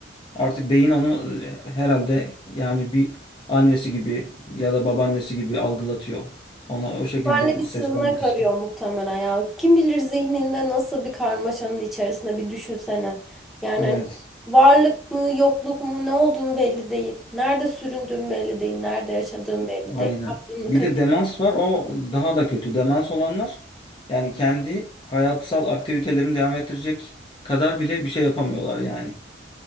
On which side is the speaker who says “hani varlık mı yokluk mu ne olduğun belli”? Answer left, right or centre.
Centre